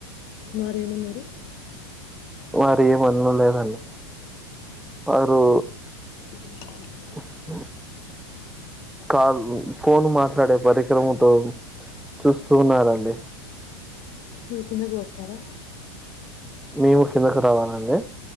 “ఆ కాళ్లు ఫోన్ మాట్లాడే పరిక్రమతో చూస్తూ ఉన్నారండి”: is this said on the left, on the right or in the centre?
Centre